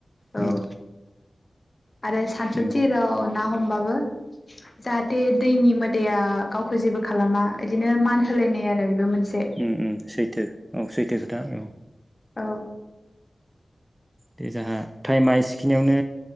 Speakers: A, on the left; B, in the centre.
A: औ।
B: उम
A: <inaudible> आरो सानसु
B: नंगौ
A: थिराव ना हम बाबो जाहाथे दैनि मोदाया गावखौ जेबो खालामा इदिनो मान होलायनाय आरो बेबो मोन
B: उम उम सैथो औ सैथो खोथा औ।
A: औ
B: दे जाहा टाइमा एसिखिनियावनो